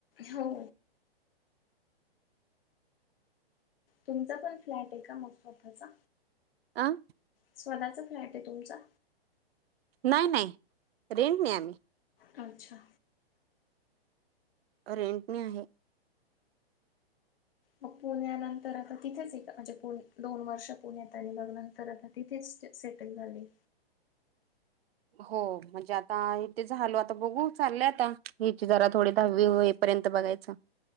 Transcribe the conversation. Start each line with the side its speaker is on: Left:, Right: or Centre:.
Left: हो. तुमचा पण फ्लॅट आहे का मग स्वतःचा?
Right: आ.
Left: स्वतःचा फ्लॅट आहे तुमचा?
Right: नाही नाही, रेंट नी आहे आम्ही.
Left: आमच्या
Right: रेंट नी आहे.
Left: मग पुण्यानंतर आता तिथेच आहे का म्हणजे पुणे दोन वर्ष पुण्यात आणि मग नंतर आता तिथेच स्टे सेटल झाले.
Right: हो म्हणजे आता इथे झालो आता बघू चाललंय आता हिची जरा थोडी दहावी होई पर्यंत बघायचं